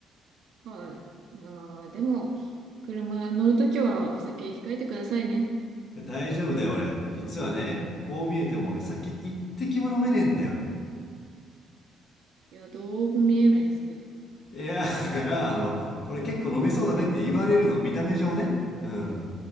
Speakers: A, on the right (about 50°); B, on the left (about 30°).
A: はい。まあ、でも、車乗るときはお酒控えてくださいね。
B: や大丈夫だよ俺。実はね、こう見えても俺酒一滴も飲めねえんだよ。
A: いや、どうも見えないですけど。
B: いや、だから、あの、俺結構飲めそうだねって言われるの。見た目上ね。うん。